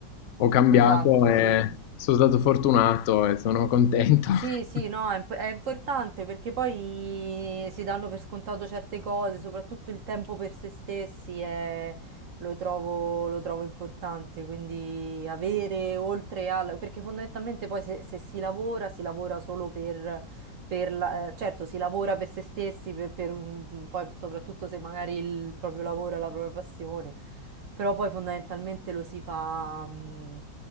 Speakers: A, on the left (about 75°); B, on the right (about 60°).
A: ho cambiato
B: Esatto,
A: e
B: sì,
A: sono stato fortunato e sono contento. <laughs>
B: Sì, sì, no, è, imp- è importante perché poi si danno per scontato certe cose, soprattutto il tempo per se stessi è- lo trovo, lo trovo importante, quindi avere oltre al... perché fondamentalmente poi se, se si lavora, si lavora solo per... per la- eh, certo, si lavora per se stessi, per- per un- poi soprattutto se magari il proprio lavoro è la propria passione, però poi fondamentalmente lo si fa, mm,